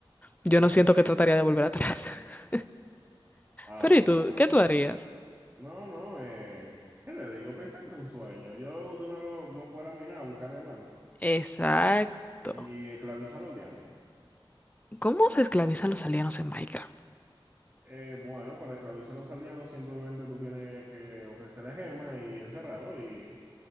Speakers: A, on the left (about 15°); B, on the right (about 25°).
A: Yo no siento que trataría de volver atrás. <laughs>
B: Ah,
A: Pero
B: bueno,
A: ¿y tú?
B: bueno.
A: ¿Qué tú harías?
B: No, no, eh, ¿qué le digo? Pensá que es un sueño. Yo de una vez me, me fuera a minar a buscar diamantes
A: Exacto.
B: y esclavizar a los aldeanos.
A: ¿Cómo se esclavizan los aldeanos en Minecraft?
B: Eh, bueno, para esclavizar a los aldeanos simplemente tú tienes que ofrecerle gemas y encerrarlo y